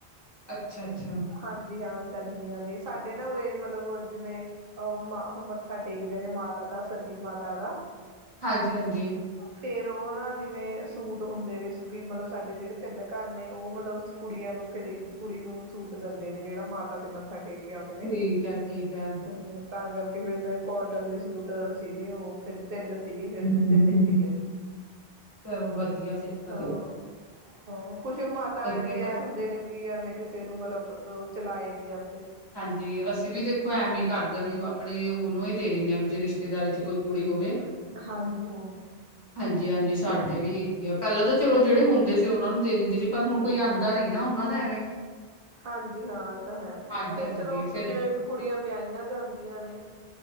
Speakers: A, on the left (about 25°); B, on the right (about 65°).
A: ਅੱਛਾ-ਅੱਛਾ।
B: ਹਾਂਜੀ ਹਾਂ, ਗਰਮੀਆਂ ਦੇ ਸਾਡੇ ਨਾ ਉਰੇ ਮਤਲਬ ਜਿਵੇਂ ਅ ਮਾ ਓਹ ਮੱਥਾ ਟੇਕਦੇ ਨੇ ਮਾਤਾ ਦਾ ਸਤੀ ਮਾਤਾ ਦਾ।
A: ਹਾਂਜੀ-ਹਾਂਜੀ,
B: ਫੇਰ ਓ ਨਾ ਜਿਵੇਂ ਸੂਟ ਹੁੰਦੇ ਨੇ ਵੀ ਮਤਲਬ ਸਾਡੇ ਜਿਹੜੇ ਤਿੰਨ ਘਰ ਨੇ ਓ ਮਤਲਬ ਕੁੜੀਆਂ ਨੂੰ ਫੇਰ ਕੁੜੀ ਨੂੰ ਸੂਟ ਦਿੰਦੇ ਨੇ ਜਿਹੜਾ ਮਾਤਾ ਤੇ ਮੱਥਾ ਟੇਕ ਕੇ ਆਂਦੇ ਨੇ
A: ਠੀਕ ਹੈ, ਠੀਕ ਹੈ।
B: ਹੂੰ। ਤਾਂ ਕਰਕੇ ਫੇਰ ਮੈਂ ਕੋਟਨ ਦੇ ਸੂਟ ਸੀਗੇ ਓਹ ਫਿਰ ਤਿੰਨ ਸੀਗੇ ਫੇਰ
A: ਹੂੰ।
B: ਮੈਂ ਤਿੰਨੇ ਈ ਸੀਲੇ
A: ਚਲੋ ਵਧੀਆ ਫਿਰ ਤਾਂ
B: ਹਾਂ।
A: ਤੇ
B: ਹਾਂ, ਕੁੱਛ ਓ ਮਾਤਾ
A: ਵਧੀਆ
B: ਰਾਣੀ ਦੇ
A: ਫਿਰ
B: ਐਂ ਹੁੰਦੇ ਨੇ ਵੀ ਐਵੇਂ ਕਿਸੇ ਨੂੰ ਮਤਲਬ ਅ ਚਲਾਏ ਨੀ ਜਾਂਦੇ।
A: ਜੀ ਅਸੀਂ ਵੀ ਦੇਖੋ ਐਵੇ ਈ ਕਰਦੇ ਆ ਵੀ ਆਪਣੇ ਓਨੂੰ ਏ ਦੇ ਦਿੰਨੇ ਆ ਵੀ ਜੇ ਰਿਸ਼ ਤੇਦਾਰੀ ਚ ਕੋਈ ਕੁੜੀ ਹੋਵੇ।
B: ਹਾਂਜੀ ਹਾਂ।
A: ਹਾਂਜੀ ਹਾਂਜੀ, ਸਾਡੇ ਵੀ ਏਹੀ ਆ ਪਹਿਲਾਂ ਤਾਂ ਚਲੋ ਜੇੜੇ ਹੁੰਦੇ ਸੀ ਓਨਾਂ ਨੂੰ ਦੇ ਦਿੰਦੇ ਸੀ। ਪਰ ਹੁਣ ਕੋਈ ਆਂਦਾ ਨੀ ਨਾ ਓਨਾਂ ਦਾ ਐਵੇਂ।
B: ਹਾਂਜੀ ਹਾਂ ਏ ਤਾਂ ਹੈ
A: ਹਾਂਜੀ,
B: ਫੇਰ
A: ਹਾਂਜੀ
B: ਚਲੋ
A: ਫਿਰ
B: ਜਿਵੇਂ ਕੁੜੀਆਂ ਵਿਆਈਆਂ ਜਾਂਦੀਆਂ ਨੇ।